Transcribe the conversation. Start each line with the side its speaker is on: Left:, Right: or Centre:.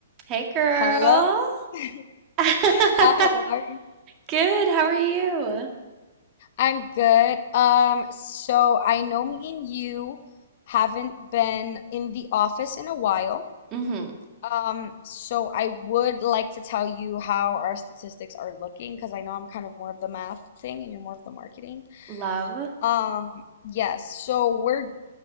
Right: Hey, girl.
Left: Hello. <laughs>
Right: <laughs>
Left: Hi, how are you?
Right: Good. How are you?
Left: I'm good. Um, so I know me and you haven't been in the office in a while.
Right: hmm
Left: Um, so I would like to tell you how our statistics are looking because I know I'm kind of more of the math thing and you're more of the marketing.
Right: Love.
Left: Um, yes, so we're